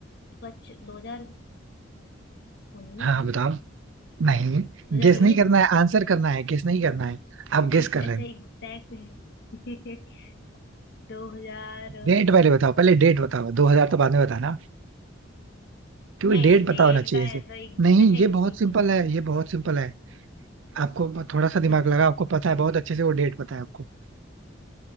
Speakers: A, on the left; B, on the right.
A: स्वच्छ दो हजार उन्नीस
B: हाँ हाँ,
A: में
B: बताओ नहीं
A: दो हजार
B: गेस
A: उन्नीस
B: नहीं करना है आंसर करना है गेस नहीं करना है आप
A: एक
B: गेस कर रहे
A: अच्छा
B: हो
A: एग्जैक्ट है <laughs> दो हजार
B: डेट पहले बताओ पहले डेट बताओ 2000 तो बाद में बताना क्योंकि
A: ए
B: डेट पता
A: डेट
B: होना चाहिए
A: का
B: इसे
A: ऐसा एग्जैक्टली
B: नहीं ये बहुत सिंपल
A: नहीं याद
B: है ये
A: आ
B: बहुत सिंपल है आपको
A: रहा
B: थोड़ा
A: हाँ
B: सा
A: सच
B: दिमाग लगा
A: है,
B: आपको पता है बहुत अच्छे से वो डेट पता है आपको